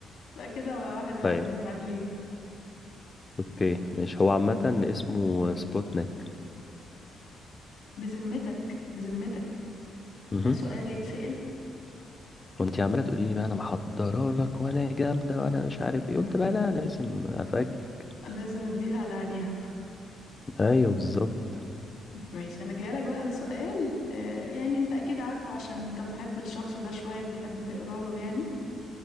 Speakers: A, on the left; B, on the left.
A: بقى كده واحد واحد
B: طيب
A: متعادلين
B: اوكي ماشي هو عامة اسمه سبوتنيك
A: بذمتك بذمتك
B: مهم.
A: ده سؤال يتسأل
B: وانتي عمالة تقولي لي بقى انا محضرة لك وانا جامدة وانا مش عارف ايه قلت بقى لا لازم افاجئك
A: لازم اديها على عينيها
B: ايوه بالظبط
A: ماشي انا جايلك بقى بسؤال آه يعني انت اكيد عارفه عشان انت بتحب الشخص ده شوية بتحب تقرا له يعني